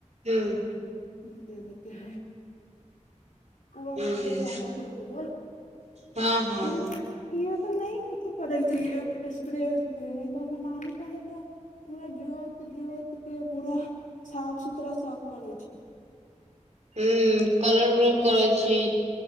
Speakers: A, on the right; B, on the left.
A: हूं
B: देबे के है उ आप
A: हूँ
B: व्यापारी के हो गेल
A: हँ हँ
B: हम यहाँ तऽ नहि कुछो करै छै स्प्रे उस्प्रे नहि तऽ हमर नानी के ने तऽ पूरा जोत जोत के पूरा साफ सुथरा सभ करै छै
A: हूं कलर उलर करै छी